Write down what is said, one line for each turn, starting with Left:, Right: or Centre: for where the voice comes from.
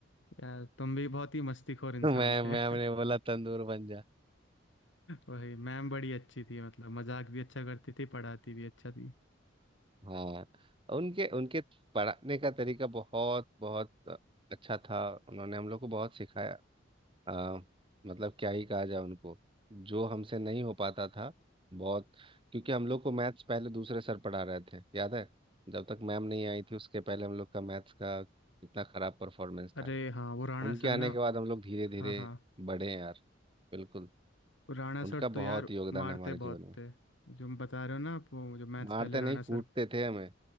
Left: यार तुम भी बहुत ही मस्तीखोर इंसान
Right: मैं
Left: थे
Right: मैं
Left: <laughs>
Right: हमने बोला तंदूर बन जा
Left: वही मैम बड़ी अच्छी थी मतलब मजाक भी अच्छा करती थी पढ़ाती भी अच्छा थी
Right: हाँ उनके उनके पढ़ाने का तरीका बहुत बहुत अच्छा था उन्होंने हम लोग को बहुत सिखाया आ, मतलब क्या ही कहा जाए उनको जो हमसे नहीं हो पाता था बहुत क्योंकि हम लोग को मैथ्स पहले दूसरे सर पढ़ा रहे थे याद है जब तक मैम नहीं आई थी उसके पहले हम लोग का मैथ्स का कितना खराब परफॉर्मेंस
Left: अरे
Right: था
Left: हाँ वो राणा
Right: उनके
Left: सर
Right: आने
Left: ना
Right: के बाद हम लोग धीरे धीरे
Left: हाँ हाँ
Right: बढ़े हैं यार बिल्कुल
Left: वो राणा सर
Right: उनका
Left: तो यार
Right: बहुत योगदान
Left: मारते
Right: है हमारे जीवन
Left: बहुत
Right: में
Left: थे जो हम बता रहे हो ना आप वो जो मैथ्स
Right: मारते
Left: पहले राणा
Right: नहीं कूटते
Left: सर
Right: थे हमें